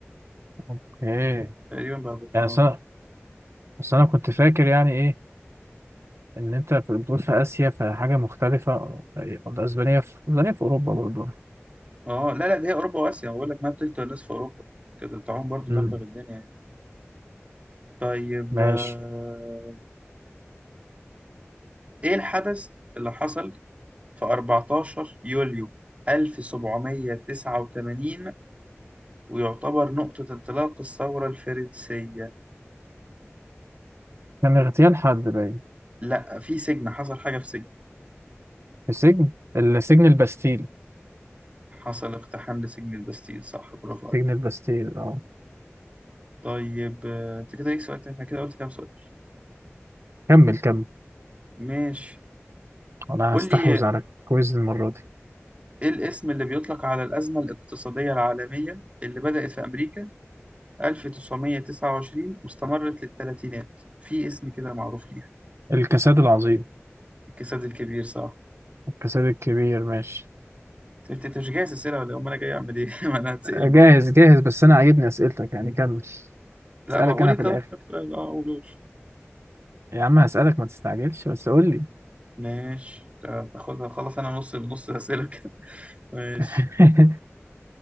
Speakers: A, on the right (about 65°); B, on the right (about 30°).
A: أوكي
B: تقريبا بعدها
A: يعني
B: آه
A: أصل أنا بس أنا كنت فاكر يعني إيه إن أنت في- بتقول في آسيا فحاجة مختلفة الأسبانية في الأسبانية في أوروبا برضه
B: آه لا لا دي هي أوروبا وآسيا بقول لك ما تلت الناس في أوروبا كده بتاعهم برضو
A: أمم.
B: دغدغ الدنيا يعني طيب
A: ماشي
B: آه إيه الحدث اللي حصل في 14 يوليو 1789 ويعتبر نقطة انطلاق الثورة الفرنسية
A: كان اغتيال حد باين
B: لأ في سجن حصل حاجة في سجن
A: في سجن السجن الباستيل
B: حصل اقتحام لسجن البستيل صح برافو
A: سجن الباستيل أه
B: طيب آه، انت كده ليك سؤال تاني احنا كده قلت كام سؤال
A: كمل كمل
B: ماشي
A: أنا
B: قول
A: هستحوذ
B: لي ايه
A: على الكويز المرة دي
B: الاسم اللي بيطلق على الأزمة الاقتصادية العالمية اللي بدأت في أمريكا 1929 واستمرت للثلاثينات في اسم كده معروف ليها
A: الكساد العظيم
B: الكساد الكبير صح
A: الكساد الكبير ماشي
B: انت أنت مش جاهز أسئلة ولا إيه؟ أمال أنا جاي أعمل إيه <laughs> ما أنا هتسأل
A: جاهز
B: برضه
A: جاهز بس انا عاجبني اسئلتك يعني كمل
B: لا
A: اسالك
B: ما قول
A: انا
B: أنت
A: في
B: كام
A: الاخر
B: سؤال أه قولوش
A: يا عم هسالك ما تستعجلش بس قول لي
B: ماشي تا- تاخدها خلاص أنا نص نص أسئلة كده <laughs> ماشي
A: <laughs>